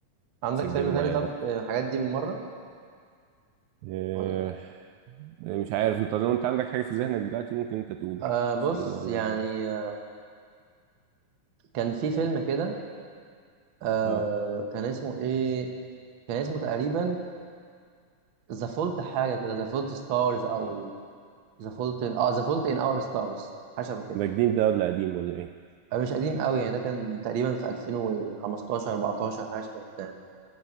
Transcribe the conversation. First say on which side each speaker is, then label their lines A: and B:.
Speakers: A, on the right; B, on the right.
A: عندك
B: سجله
A: فيلم
B: معايا
A: تاني طب
B: برضو
A: آه، الحاجات دي بالمره
B: آه.
A: ولا
B: مش عارف انت لو انت عندك حاجه في ذهنك دلوقتي ممكن انت تقول
A: آه بص
B: عشان انا
A: يعني آه كان في فيلم كده آه
B: اه
A: كان اسمه ايه كان اسمه تقريبا ذا فولت حاجه كده ذا فولت ستارز او ذا فولت اه ذا فولت ان اور ستارز حاجه شبه كده
B: ده جديد ده ولا قديم ولا ايه
A: آه، مش قديم قوي يعني ده كان تقريبا في 2015 14 حاجه شبه كده يعني.